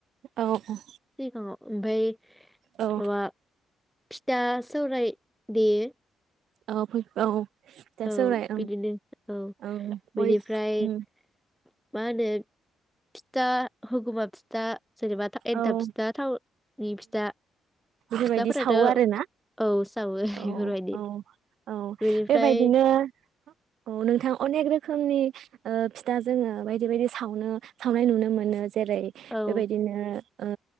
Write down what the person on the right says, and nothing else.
औ औ।
औ।
औ फै औ। फिथा
सौराय ओं
ओं बय
उम
औ
बेबायदि
सावो आरो ना?
औ
औ औ।
बिदिनोे औ नोंथां अनेक रोखोमनि ओ फिथा जोङो बायदि बायदि सावनो सावनाय नुनो मोनो जेरै
बेबायदिनो ओ